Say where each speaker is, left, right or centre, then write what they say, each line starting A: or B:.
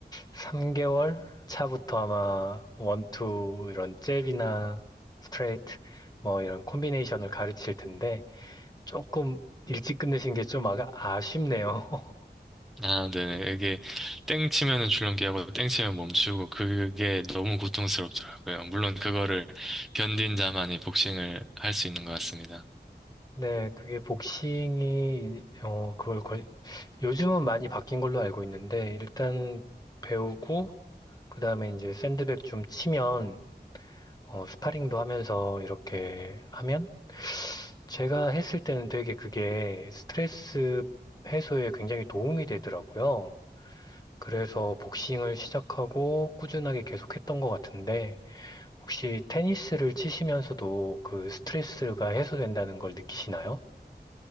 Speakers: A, on the left; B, in the centre.
A: 3개월 차부터 아마 원투 이런 잽이나 스트레이트 뭐 이런 콤비네이션을 가르칠 텐데 조금 일찍 끝내신 게 좀 아, 아쉽네요.
B: 아, 네네. 이게 땡 치면은 줄넘기하고 땡 치면 멈추고 그게 너무 고통스럽더라고요. 물론 그거를 견딘 자만이 복싱을 할 수 있는 것 같습니다.
A: <laughs> 네, 그게 복싱이 어 그걸 거- 요즘은 많이 바뀐 걸로 알고 있는데 일단 배우고 그 다음에 이제 샌드백 좀 치면, 어, 스파링도 하면서 이렇게 하면, 제가 했을 때는 되게 그게 스트레스 해소에 굉장히 도움이 되더라고요. 그래서 복싱을 시작하고 꾸준하게 계속했던 것 같은데, 혹시 테니스를 치시면서도 그 스트레스가 해소된다는 걸 느끼시나요?